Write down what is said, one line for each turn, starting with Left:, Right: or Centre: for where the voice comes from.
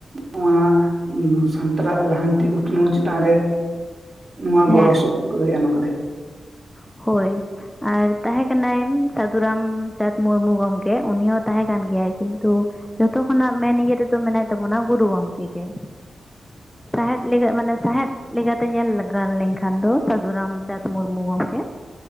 Right: ᱱᱚᱣᱟ ᱥᱟᱱᱛᱟᱲᱟᱜ ᱞᱟᱦᱟᱱᱛᱤ ᱩᱛᱱᱟᱹᱣ ᱪᱮᱛᱟᱱ ᱨᱮ ᱱᱚᱣᱟ
Centre: ᱦᱮᱸ
Right: ᱜᱚᱨᱚᱥᱚᱯᱚᱦᱚᱫ ᱠᱚᱫᱚᱭ ᱮᱡ ᱟᱠᱟᱫᱟᱭ
Centre: ᱦᱳᱭ ᱟᱨ ᱛᱟᱦᱮᱸ ᱠᱟᱱᱟᱭ ᱥᱟᱹᱫᱷᱩ ᱨᱟᱢᱪᱟᱸᱫᱽ ᱢᱩᱨᱢᱩ ᱜᱚᱢᱠᱮ ᱩᱱᱤ ᱦᱚᱸ ᱛᱟᱦᱮᱸ ᱠᱟᱱ ᱜᱮᱭᱟᱭ ᱠᱤᱱᱛᱩ ᱡᱷᱚᱛᱚ ᱠᱷᱚᱱᱟᱜ ᱢᱮᱱ ᱤᱭᱟᱹ ᱨᱮᱫᱚ ᱢᱮᱱᱟᱭ ᱛᱟᱵᱚᱱᱟ ᱜᱩᱨᱩ ᱜᱚᱢᱠᱮ ᱜᱮ ᱥᱟᱦᱮᱫ ᱞᱮᱜᱟᱹ ᱢᱟᱱᱮ ᱥᱟᱦᱮᱸᱫ ᱞᱮᱠᱟᱛᱮ ᱧᱮᱞ ᱜᱟᱱ ᱞᱮᱝᱠᱷᱟᱱ ᱫᱚ ᱥᱟᱹᱫᱷᱩ ᱨᱟᱢᱪᱟᱸᱫᱽ ᱢᱩᱨᱢᱩ ᱜᱚᱝᱠᱮ